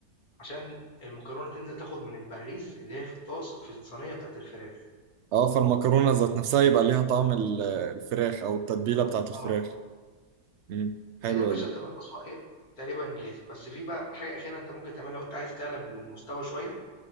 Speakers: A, on the left (about 60°); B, on the right (about 80°).
A: عشان المكرونة تنزل تاخد من البهريز اللي هي في الطاس في الصينية بتاعت الفراخ
B: اه فالمكرونة ذات نفسها يبقى ليها طعم ال- الفراخ او التتبيلة بتاعت الفراخ
A: اه
B: امم حلوة
A: كده يا باشا
B: دي
A: تبقى الوصفة ايه تقريبا جاهزة بس في بقى حاجة أخيرة أنت ممكن تعملها لو أنت عايز تعلى بالمستوى شوية